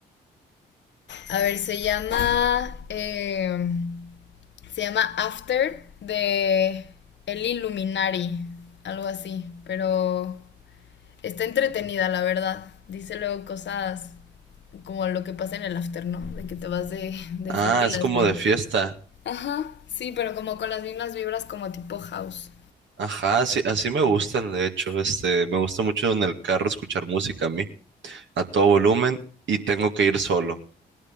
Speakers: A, on the left; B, on the right.
A: A ver, se llama... em, Se llama After de El Illuminari, algo así, pero está entretenida, la verdad. Dice luego cosas como lo que pasa en el After, ¿no? De que te vas de, de
B: Ah,
A: fiesta y
B: es
A: las
B: como
A: sigues.
B: de fiesta.
A: Ajá, sí, pero como con las mismas vibras como tipo house.
B: Ajá, sí, así me gustan, de hecho. Este, me gusta mucho en el carro escuchar música a mí, a todo volumen, y tengo que ir solo.